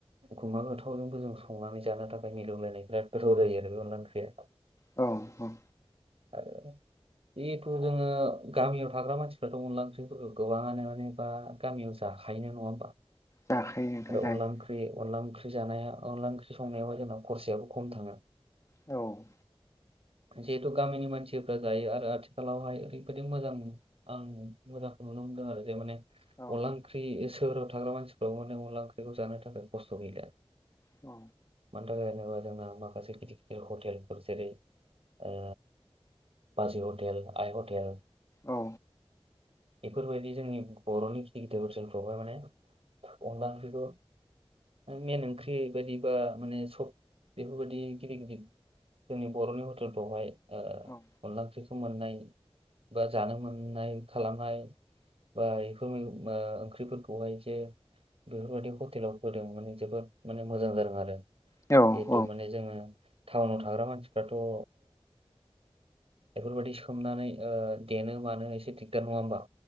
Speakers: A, on the right (about 70°); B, on the left (about 30°).
A: गोथावजोंबो जों संनानै जानो थाखाय मिलौलायनाय बिराद गोथाव जायो आरो बे अनला ओंख्रिया
B: औ औ
A: आरो जिहेथु जोङो गामियाव थाग्रा मानसिफ्राथ' अनला ओंख्रिफोरखौ गोबाङानो माने बा गामियाव जाखायो नङा होमबा
B: जाखायो। नोंथां
A: आरो
B: जायो
A: अनला ओंख्रि अनला ओंख्रि जानाया अनला ओंख्रि संनायावबो जोंनाव खरसायाबो खम थाङो।
B: औ
A: जिहेतु गामिनि मानसिफ्रा जायो आरो आथिखालावहाय ओरैबायदि मोजां आं मोजांखौ नुनो मोनदों आरो जे माने अनला
B: औ
A: ओंख्रि सोहोराव थाग्रा मानसिफ्राव माने अनला ओंख्रिखौ जानो थाखाय खस्थ' गैलिया
B: औ
A: मानि थाखाय जेनोबा जोंना माखासे गिदिर गिदिर हटेलफोर जेरै ओ बाजै हटेल आइ हटेल
B: औ
A: बेफोरबायदि जोंनि बर'नि गिदिर गिदिर ओसोलफ्रावहाय माने अनला ओंख्रि खौ मेन ओंख्रि बायदि बा माने सब बेफोरबायाददि गिदिर गिदिर जोंनि बर'नि हटेलफ्रावहाय ओ
B: औ
A: अनला ओंख्रिखौ मोननाय बा जानो मोननाय खालामनाय बाय बेफोर ओंख्रिफोरखौहाय जे बेफोरबायदि हटेलाव फोदों माने जोबोद माने मोजां जादों आरो जिहेथु
B: जागोन
A: माने जोङो टाउनाव थाग्रा मानसिफ्राथ' ओ बेफोरबायाददि सोमनानै ओ देनो मानो एसे दिगदार नङा होमबा